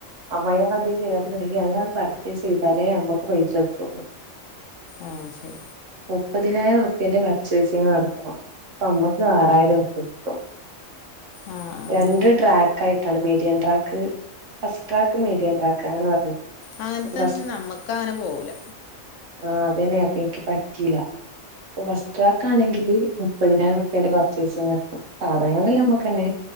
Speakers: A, on the right; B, on the left.
A: <unintelligible> അതാണ്ട് പർച്ചേസെയ്താലേ നമ്മക്ക് പൈസ കിട്ടൊള്ളു.
B: ആഹ് ശരി
A: മുപ്പതിനായിരം ഉറുപ്യന്റെ പർച്ചേസിങ് നട നമ്മക്ക് ആറായിരറുപ്യട്ടും
B: ആഹ് ആഹ്
A: രണ്ട് ട്രാക് യിട്ടാണ് median track first track median track അങ്ങനെ പറഞ്ഞിട്ട് ന്നിട്ട്
B: അങ്ങനത്തെന്നും നമ്മക്കങ്ങനെ പോകൂല.
A: ആഹ് അതന്നെ അപ്പോ എനിക്ക് പറ്റിയില്ല ഇപ്പൊ ഫാസ്ട്രാക്കാണെങ്കില് മുപ്പതിനായിരം റുപ്യന്റെ പർച്ചേസിങ്‌ നടത്തണം സാധനങ്ങളല്ലാം നമ്മക്കെന്നെ